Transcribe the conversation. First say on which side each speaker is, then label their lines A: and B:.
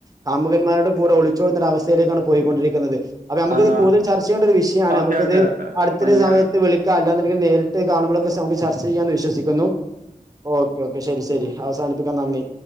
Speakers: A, on the right (about 25°); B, on the right (about 70°).
A: കാമുകന്മാരുടെ കൂടെ ഒളി ച്ചടുന്ന ഒരവസ്ഥയിലേക്കാണ് പോയിക്കൊണ്ടിരിക്കുന്നത്. അപ്പൊ നമുക്കിത്
B: ആണോ
A: കൂടുതൽ ചർച്ച ചെയ്യേണ്ട ഒരു വിഷയമാണ്.
B: ഓക്കെ
A: നമുക്കിത്
B: ഓക്കെ
A: അടു ഒര്
B: കല്യാ
A: സമയത്ത് വിളിക്കാം. അല്ലാന്നൊണ്ടെങ്കിൽ നേരിട്ട് കാണുമ്പോളക്കെ നമ്മെക്ക് ചർ ച്ചെയ്യാന്ന് വിശ്വസിക്കുന്നു. Okay okay ഷെരി. ഷെരി അവസാനിപ്പിക്കാം നന്ദി